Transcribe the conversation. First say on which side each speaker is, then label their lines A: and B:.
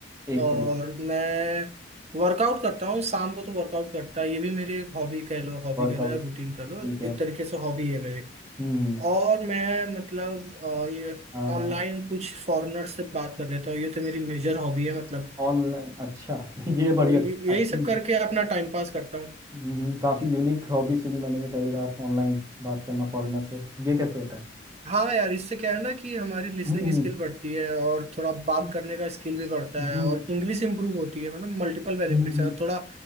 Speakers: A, on the right; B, on the right.
A: एक
B: और
A: तरीके
B: मैं वर्कआउट करता हूँ शाम को तो वर्कआउट करता है ये भी मेरी एक हॉबी कह लो हॉबी
A: वर्कआउट
B: कह लो या रूटीन कह
A: ठीक
B: लो
A: है
B: एक तरीके से हॉबी है मेरी
A: हम्म
B: और मैं मतलब अ, ये
A: हाँ हाँ
B: ऑनलाइन कुछ फॉरेनर से बात कर लेता हूँ ये तो मेरी मेजर हॉबी है मतलब
A: ऑनलाइन अच्छा <laughs> ये
B: तो
A: बड़ी
B: ये-
A: अच्छ-
B: यही
A: अच्छी
B: सब करके अपना टाइम पास करता हूँ
A: हम्म काफी यूनिक हॉबी सुनी मैंने ये पहली बार ऑनलाइन बात करना फॉरेनर से ये कैसे होता है
B: हाँ यार इससे क्या है ना कि हमारी लिसनिंग
A: हम्म
B: स्किल बढ़ती है और थोड़ा बात
A: हम्म
B: करने का स्किल भी बढ़ता
A: हम्म
B: है और इंग्लिश इंप्रूव होती है मतलब मल्टीपल बेनिफिट्स
A: हम्म,
B: है और थोड़ा